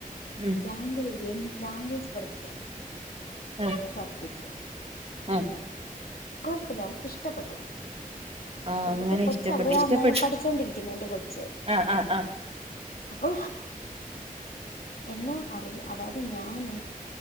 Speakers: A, on the right; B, on the left.
A: ഉം
B: ഗ്രാമറെഴുതി ഗ്രാമറ്
A: ആഹ്
B: അതും പഠിപ്പിച്ചു അങ്ങനെ
A: ആഹ്
B: കൊഴപ്പില്ല അവർക്ക് ഇഷ്ടപ്പെട്ടു ഇഷ്ടപ്പെട്ടു
A: ആഹ് അങ്ങനെ
B: കൊച്ച്
A: ഇഷ്ടപ്പെട്ട്
B: അവിടെയാ
A: ഇഷ്ടപ്പെട്ട്
B: അന്നേരം പടിച്ചോണ്ടിരിക്കുന്നേ എൻ്റെ കൊച്ചേ
A: ആഹ് ആഹ് ആഹ്
B: അപ്പൊ എന്നെ അറി അതാതു ഞാന്